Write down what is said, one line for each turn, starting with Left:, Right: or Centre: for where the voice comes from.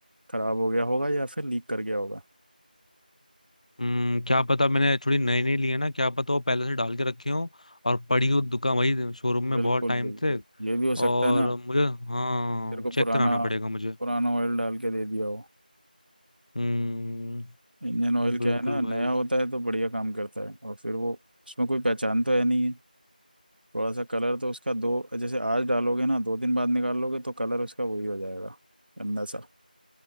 Right: खराब हो गया होगा या फिर लीक कर गया होगा
Left: हम्म क्या पता मैंने थोड़ी नई नई ली है ना क्या पता वो पहले से डाल के रखे हो और पड़ी हो
Right: हाँ,
Left: दुकान वही शोरूम में
Right: बिल्कुल
Left: बहुत टाइम
Right: बिल्कुल
Left: से
Right: ये भी हो सकता
Left: और
Right: है ना
Left: मुझे हाँ
Right: तेरे को पुराना
Left: चेक कराना पड़ेगा मुझे
Right: पुराना ऑयल डाल के दे दिया हो
Left: हम्म
Right: इंडियन ऑयल क्या
Left: बिल्कुल
Right: है ना नया
Left: भाई
Right: होता है तो बढ़िया काम करता है और फिर वो उसमें कोई पहचान तो है नहीं है थोड़ा सा कलर तो उसका दो जैसे आज डालोगे ना दो दिन बाद निकाल लोगे तो कलर उसका वही हो जाएगा गंदा सा